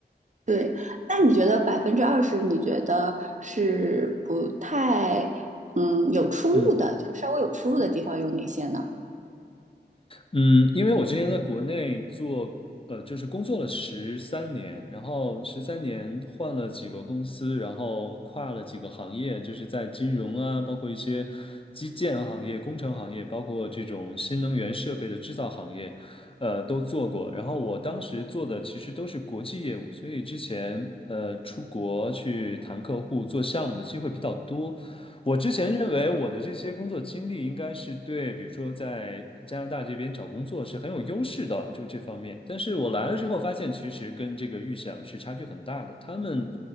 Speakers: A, on the right; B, on the left.
A: 对，那你觉得百分之二十，你觉得是不太嗯有出入的，
B: 嗯。
A: 就是稍微有出入的地方有哪些呢？
B: 嗯，因为我之前在国内做，呃，就是工作了十三年，然后十三年换了几个公司，然后跨了几个行业，就是在金融啊，包括一些基建行业、工程行业，包括这种新能源设备的制造行业，呃，都做过。然后我当时做的其实都是国际业务，所以之前呃出国去谈客户、做项目的机会比较多。我之前认为我的这些工作经历应该是对，比如说在加拿大这边找工作是很有优势的，就这方面。但是我来了之后发现，其实跟这个预想是差距很大的。他们